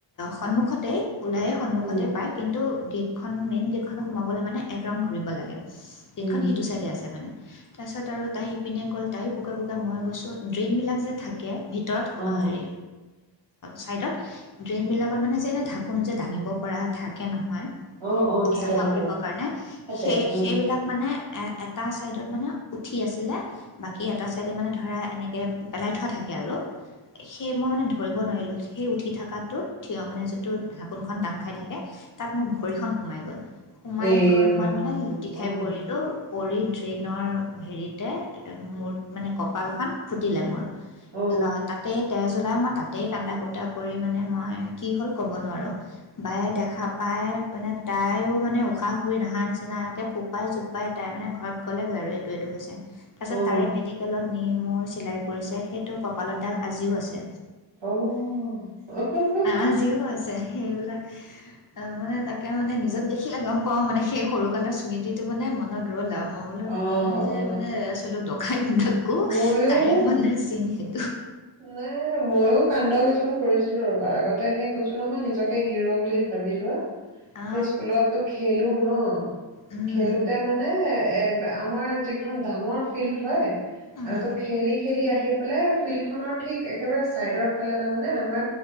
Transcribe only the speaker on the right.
উম,
উম,
অ',
অ', অ', থাকে,
থাকে,
থাকে,
উম,
এ
ৰাম
অ',
অ',
অ',
অ'।
অ',
অ',
ময়ো
নাই ময়ো কান্দ গৈছো কৰিছিলো ৰ'বা। আগতে সেই কৈছো নহয় নিজকে হিৰ' বুলি ভাবি লোৱা।
সেই স্কুলতো খেলো ন?
খেলোতে মানে এ আমাৰ যিখন ডাঙৰ ফিল্ড হয়,
ত' খেলি-খেলি আহি পেলাই ফিল্ডখন ফিল্ডখনৰ ঠিক একেবাৰে চাইডৰ ফালে তাৰমানে, আমাৰ